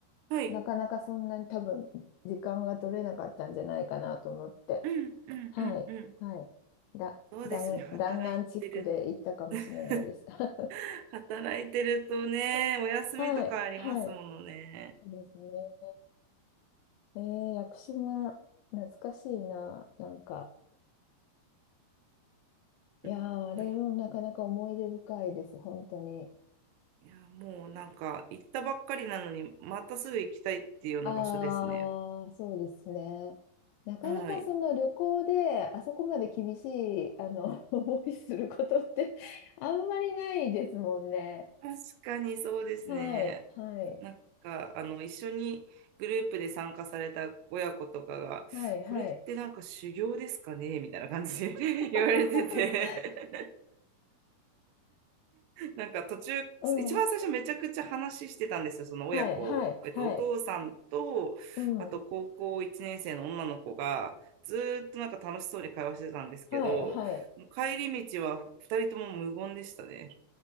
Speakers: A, on the right (about 80°); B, on the left (about 85°).
A: はい。
B: なかなかそんなに多分、時間が取れなかったんじゃないかなと思って、
A: うんうんうんうん。
B: はい、はい。だ、
A: そうですね。
B: 弾、
A: 働いてる
B: 弾丸チックで行ったかもしれないです。
A: <laughs>
B: <laughs>
A: 働いてるとね、お休みとかありますものね。
B: はい、はい。そうですね。えー、屋久島、懐かしいな、なんか。いやー、
A: うんうんなんか
B: あれもなかなか思い出深いです、本当に。
A: いや、もうなんか行ったばっかりなのに、またすぐ行きたいっていうような場所ですね。
B: ああ、そうですね。なかなかその旅行であそこまで厳しい、
A: はい。
B: あの、<laughs> 思いすることって <laughs> あんまりないですもんね。
A: 確かにそうですね。
B: はい、はい、
A: なんか、あの、一緒にグループで参加された親子とかが、
B: はい、
A: これってなんか修行ですかねみたいな感じで
B: はい。
A: <laughs> 言われてて
B: <laughs>
A: なんか途中、
B: うん、
A: 一番最初めちゃくちゃ話してたんですよ、その親子。
B: はい、はい、
A: えっと、
B: はい。
A: お父さんと、
B: うん、
A: あと高校1年生の女の子が、ずーっとなんか楽しそうに会話してたんですけど、
B: はい、はい。
A: もう帰り道は2人とも無言でしたね。